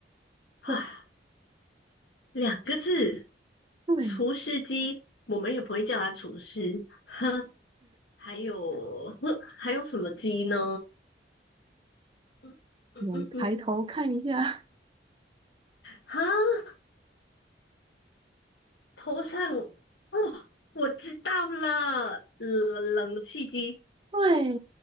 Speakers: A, on the left; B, on the right.
A: 唉，
B: 对，
A: 两个字，
B: 对，
A: 厨师机，我们也不会叫它厨师。哼，还有，哼还有什么机呢？嗯嗯嗯嗯，
B: 我们抬头看一下，
A: 哈，头上，哦，我知道了，冷冷气机，
B: 对，